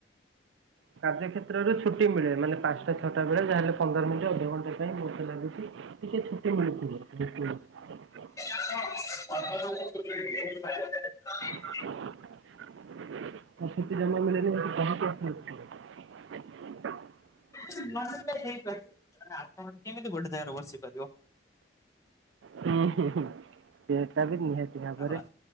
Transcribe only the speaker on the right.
କାର୍ଯ୍ୟ କ୍ଷେତ୍ରରେ ଛୁଟି ମିଳେ ମାନେ ପାଞ୍ଚଟା ଛଅଟା ବେଳେ ଯାହାେଲେ ପନ୍ଦର ମିନିଟ ଅଧଘଣ୍ଟା ପାଇଁ ବହୁତ ଲାଗୁଛି। ଟିକେ ଛୁଟି ମିଳିଥିବ। ବେ <unintelligible>
<inaudible> ଆଉ ଛୁଟି ଟା ନ ମିଳିଥିଲେ ତୁ କଣ କରିଥାନ୍ତୁ। <inaudible>
ହୁଁ ହୁଁ ସେଟା ବି ନିହାତି ଏହା ପରେ